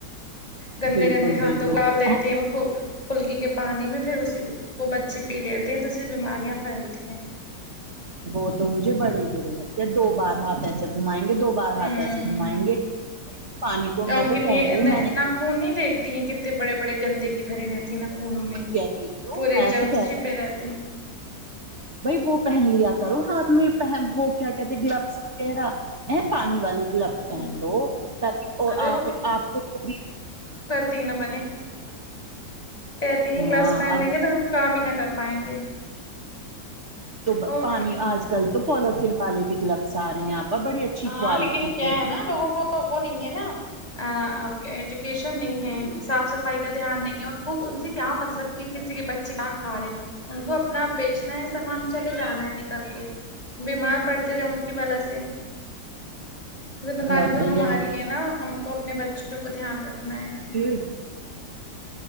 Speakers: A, on the left; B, on the right.
A: گندے
B: بالکل
A: گندے ہاتھوں
B: بالکل
A: کو آال دیتی ہیں وہ پھلکی کے پانی میں پھر اسی کو بچے پی لیتے ہیں تو اسے بیماریاں پھیلتی ہیں
B: وہ تو مجھے بڑے ہی برے لگتے یا دو بار ہاتھ ایسے گھمائیں گے دو بار
A: ہوں
B: ہاتھ ایسے گھمائیں گے پانی کو
A: یا
B: میں
A: ان کے
B: تو
A: نی-
B: کہتی ہوں
A: نا-
B: میں نے
A: ناخون نہیں دیکھتی ہیں کتنے بڑے بڑے گندے بھری رہتی ہے نا خونوں میں
B: کیا تو
A: پورے
B: میں
A: جام
B: تو
A: چھپے رہتے
B: بھیی وہ پہن لیا کرو ہاتھ میں وہ کیا کہتے گلبس وغیرہ ہے پانی والے گلبس
A: نہیں
B: پہن لو تو
A: ارے
B: آپ آپ کو جو بھی
A: تی نہ بنے کہتی ہیں
B: ہاں
A: گلوس پہن
B: اب
A: لیں گے تو ہم کام ہی نہ کر پائیں گے
B: تو
A: ہوگے
B: پانی آج کل تو پالوتھین والے بھی گلپس آ رہے ہیں آپ اور بڑی اچھی
A: ہاں
B: کوالٹی
A: لیکن کیا
B: کے
A: ہے نا لوگوں کو وہ نہیں ہے نا کہ ایجوکیشن نہیں ہے صاف صفائی دھیان نہیں ہے ان کو ان سے کیا مطلب کہ کسی کے بچے کیا کھا رہے ہیں ان کو اپنا بیچ چنا ہے سامان چلے جانا ہے نکل کے بیمار پڑتے رہے ان کی بلا سے ذمہ داری
B: بس
A: تو
B: بھیا
A: ہماری ہے نا ہم کو اپنے بچو وں کو دھیان رکھنا ہے
B: تو